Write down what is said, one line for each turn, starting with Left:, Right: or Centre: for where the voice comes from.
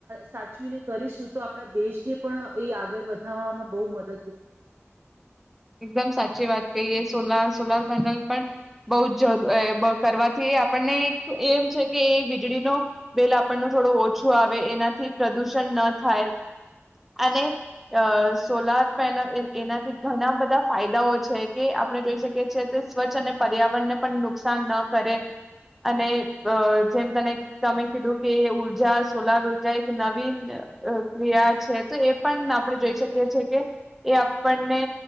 Right: સાચવીને કરીશું તો આપણા દેશને પણ એ આગળ વધવામાં બહુ મદદરૂપ મળશે.
Centre: એકદમ સાચી વાત કહીએ સોલાર સોલાર પેનલ પણ, બહ જ કરવાથી આપણને એક એમ છે કે એ વીજળી, નો બિલ આપણ થોડું ઓછું આવે, એનાથી પ્રદુષણ ન થાય, અને સોલાર પેનલ એનાથી ઘણા બધા ફાયદા છે કે આપણે જોઈ શકીએ છેએ કે સ્વચ્છ અને પર્યાવરણને પણ નુકસાન ન કરે, અને જેમ તને તમે કીધું કે ઉર્જા સોલાર ઉર્જા એક નવીન ક્રિયા છે તો એ પણ આપણે જોઈ શકીએ છી કે, એ આપણને